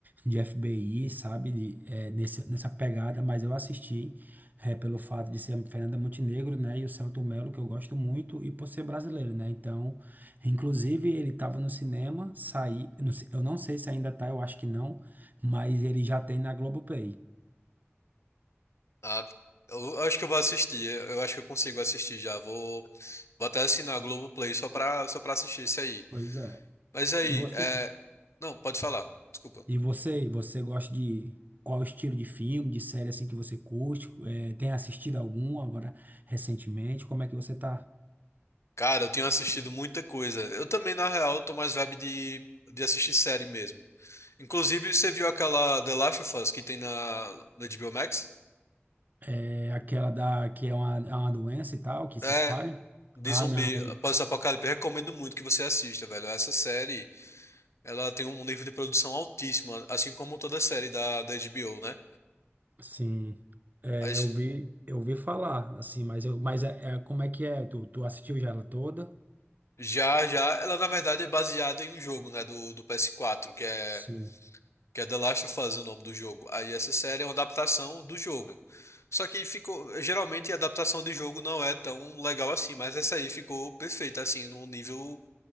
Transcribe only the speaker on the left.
Ah, eu acho que eu vou assistir, eu acho que eu consigo assistir já, vou, vou até assinar a Globoplay só pra, só pra assistir isso aí.
Mas aí,
é... não, pode falar, desculpa.
Cara, eu tenho assistido muita coisa, eu também, na real, eu tô mais vibe de, de assistir série mesmo. Inclusive, você viu aquela The Last of Us que tem na, no HBO Max?
É,
De
zumbi,
Pós-Apocalipse, eu recomendo muito que você assista, velho. Essa série, ela tem um nível de produção altíssimo, assim como toda série da, da HBO, né?
As-
já, já, ela na verdade é baseada em um jogo, né, do, do PS4, que é,
que é The Last of Us, o nome do jogo. Aí essa série é uma adaptação do jogo. Só que ficou, geralmente a adaptação de jogo não é tão legal assim, mas essa aí ficou perfeita, assim, num nível